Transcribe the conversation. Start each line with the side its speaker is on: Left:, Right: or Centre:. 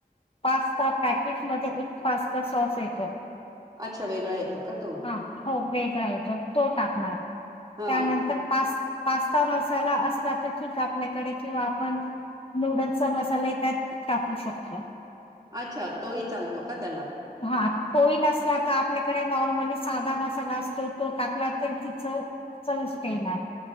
Left: पास्ता पॅकेट मध्ये एक पास्ता सॉस येतो
Right: अच्छा वेगळा येतो का तो
Left: हा हो, वेगळा येतो, तो टाकणार, त्यानंतर
Right: हा
Left: पाच पास्ता मसाला असला तर ठीक आपल्याकडे किंवा आपण नूडल्सचा मनालाही, त्यात टाकू शकतो.
Right: अच्छा तोही चालतो का? त्याला,
Left: हा तोही नसलात, आप ल्याकडे नॉर्मली साधा मसाला असतो, तो टाकला तर ति चव चविष्ट येणार.